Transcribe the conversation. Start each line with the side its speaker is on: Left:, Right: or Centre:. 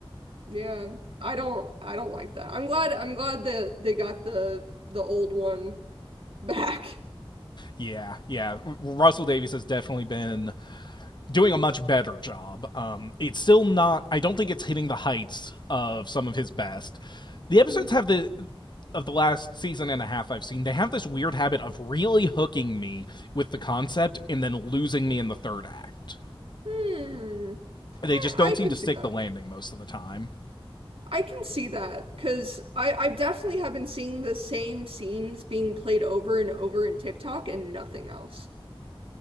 Right: Yeah, I don't I don't like that. I'm glad I'm glad that they got the the old one <laughs> back.
Left: Yeah, yeah. Russell Davies has definitely been doing a much better job. Um it's still not I don't think it's hitting the heights of some of his best. The episodes
Right: Mhm.
Left: have the of the last season and a half I've seen, they have this weird habit of really hooking me with the concept and then losing me in the third act.
Right: Hmm.
Left: They
Right: I
Left: just don't
Right: I
Left: seem
Right: can
Left: to stick
Right: see that.
Left: the landing most of the time.
Right: I can see that because I I definitely have been seeing the same scenes being played over and over in TikTok and nothing else.